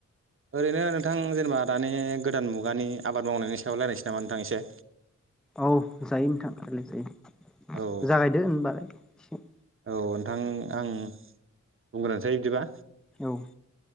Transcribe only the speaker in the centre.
औ जायो नोंथां रायलाय जायो
जागायदो होनबालाय एसे
औ